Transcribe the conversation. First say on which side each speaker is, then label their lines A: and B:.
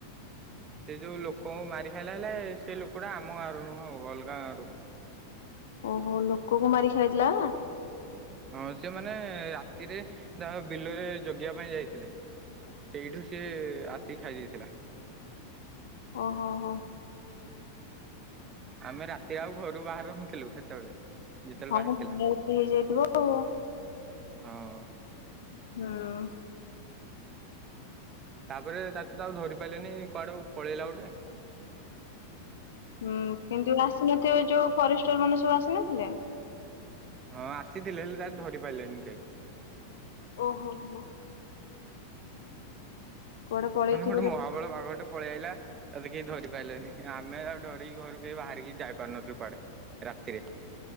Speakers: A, on the right; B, on the left.
A: ସେ ଯୋଉ ଲୋକଙ୍କୁ ମାରି ଖାଇଲା ହେଲେ, ସେ ଲୋକଟା ଆମ ଗାଁ ରୁ ନୁହଁ ଆଉ ଅଲଗା ଗାଁରୁ।
B: ଓହୋ ଲୋକକୁ ମାରି ଖାଇଦେଲା?
A: ହଁ ସେ ମାନେ ରାତିରେ, ତା ବିଲରେ ଜଗିବା ପାଇଁ ଯାଇଥିଲେ। ସେଇଠୁ ସି ଆସିକି ଖାଇ ଦେଇଥିଲା।
B: ଓହୋ, ହୋ।
A: ଆମେ ରାତିରେ ଆଉ ଘରୁ ବାହାରୁ ନଥିଲୁ ସେତେବେଳେ। ଯେତେବେଳେ
B: ହଁ
A: ବାହାରିଥିଲା।
B: ଭଲ ଗୋଟେ ହେଇଯାଇଥିବ ଆଉ
A: ହଁ।
B: ହୁଁ।
A: ତାପରେ ତା ତୁ ତ ଆଉ ଧରି ପାରିପାଇଲେନି କୁଆଡେ ପଳେଇଲା ଗୋଟେ।
B: ହୁଁ କିନ୍ତୁ ଆସିନଥିବ ଯୋଉ ଫରେଷ୍ଟର ମାନେ ସବୁ ଆସିନଥିଲେ?
A: ହଁ ଆସିଥିଲେ ହେଲେ ତାକୁ ଧରି ପାରିଲେଣିି କେହି।
B: ଓହୋ ହୋ। କୁଆଡେ ପଳେଇଥିବ
A: ମାନେ ଗୋଟେ
B: ଜା
A: ମହାବଳ ବାଘ ଟେ ପଳେଇ ଆଇଲା ତା କେହି ଧରି ପାରିଲେନି, ଆମେ ଆଉ ଡରିକି ଘରୁକୁ କେହି ବାହାରିକି ଯାଇ ପାରୁନଥିଲୁ କୁଆଡେ ରାତିରେ।